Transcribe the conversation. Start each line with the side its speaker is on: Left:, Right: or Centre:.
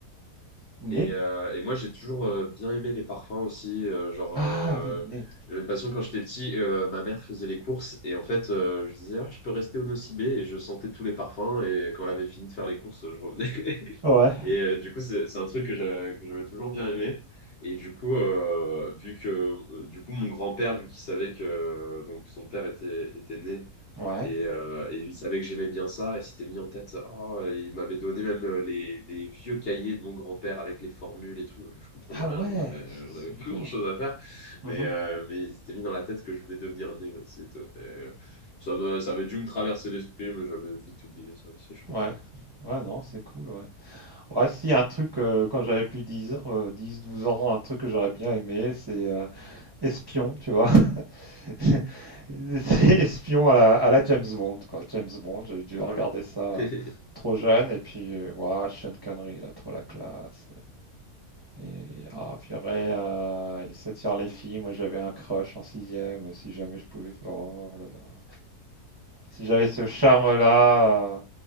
Right: Nez?
Left: Et, euh, et moi, j'ai toujours euh, bien aimé les parfums aussi. euh, genre,
Right: Ah
Left: euh,
Right: oui, nez.
Left: j'avais une passion quand j'étais petit. euh, ma mère faisait les courses. Et en fait, euh, je disais, Ah, je peux rester au Nocibé. Et je sentais tous les parfums. Et quand elle avait fini de faire les courses, je revenais. <laughs>
Right: Ouais.
Left: Et euh, du coup, c'est, c'est un truc que j'avais que j'avais toujours bien aimé. Et du coup, euh, vu que, euh, du coup, mon grand-père, vu qu'il savait que euh, donc son père était, était né
Right: Ouais.
Left: et, euh, et il savait que j'aimais bien ça, et s'était mis en tête, oh, et il m'avait donné même euh, les, les vieux cahiers de mon grand-père avec les formules et tout. Je comprenais
Right: Ah
Left: rien,
Right: ouais,
Left: j'en avais,
Right: c'est
Left: j'en avais
Right: super.
Left: pas grand-chose à faire,
Right: Mhm.
Left: mais, euh, mais il s'était mis dans la tête que je voulais devenir un néophyte. Et, euh, ça me, ça avait dû me traverser l'esprit, mais j'avais vite oublié ça aussi, je pense.
Right: Ouais. Ouais, non, c'est cool, ouais. Ouais, si, un truc, euh, quand j'avais plus 10, ans, euh, 10, 12 ans, un truc que j'aurais bien aimé, c'est euh, Espion, tu vois. <laughs> C'est espion à la, à la James Bond, quoi. James Bond, j'ai dû
Left: Ouais.
Right: regarder ça
Left: <laughs>
Right: trop jeune, et puis, euh, ouah, Sean Connery, il a trop la classe. Et, ah, purée, euh, il s'attire les filles. Moi, j'avais un crush en sixième, si jamais je pouvais faire. Oh là là. Si j'avais ce charme-là, euh,